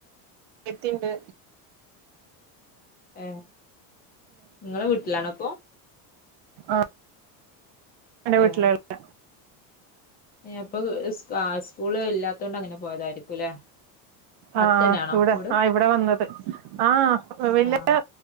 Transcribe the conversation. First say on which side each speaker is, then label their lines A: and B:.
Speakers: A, on the right; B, on the left.
A: യത്തീണ്ട്.
B: ഏ നിങ്ങളെ വീട്ടിലാണോപ്പൊ?
A: ആഹ് ങ്ങടെ വീട്ടിലല്ല.
B: ഏഹ് അപ്പൊ സ്കാ സ്കൂളില്ലാത്ത കൊണ്ട് അങ്ങനെ പോയതായിരിക്കുംല്ലേ അടുത്തന്നെയാണോ
A: ആഹ് ഇവടെ.
B: വീട്
A: ആ ഇവടെ വന്നത്. ആ വല്യ
B: ആഹ്